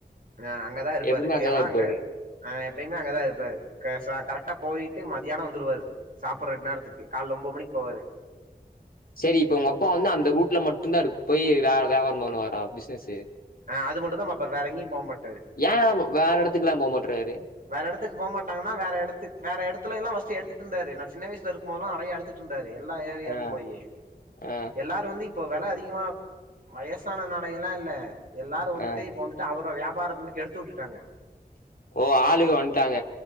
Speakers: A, on the right; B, on the left.
A: ஆ அங்கதா இருப்பாரு
B: எப்பவுமே அங்கதான்
A: ஏனா
B: இருப்பாரு.
A: அங்க ஆ மெயினா அங்கதா இருப்பாரு க சா கரெக்டா போயிட்டு மதியானோ வந்துருவாரு சாப்புட்றக் நேரத்துக்கு கால்லே ஒம்போத் மணிக் போவாரு
B: <inaudible> செரி இப்ப உங்கப்பா வந்து அந்த ரூட்ல மட்டுந்தா இருப் போய் வே வியபாரோ பண்ணுவாரா பிஸ்னஸு
A: ஆ அது மட்டுந்தா பாப்பாரு வேற எங்கயு போ மாட்டாரு
B: ஏ வேறெடத்துக்குல்லா போ மாட்றாரு
A: வேறெடத்துக்கு போ மாட்டங்கன்னா வேறெடத்துக் வேறடத்துலல்லா ஃபஸ்ட் எத்துட்டுந்தாரு நா சின்ன வயசுல இருக்கும்போத்லா நறைய எடுத்துட்ருந்தாரு எல்லா ஏரியாக்கு
B: ஆ.
A: போயி
B: ஆ
A: எல்லாரு வந்து இப்ப வெல அதிகமா வயஸ் சானலா எல்லா இல்ல எல்லாரு வந்துட்டு
B: ஆ
A: இப்ப வந்துட்டு அவரு வியாபாரோ வந்து கெடுத்து வுட்டுட்டாங்க
B: ஓ ஆளுக வன்டாங்க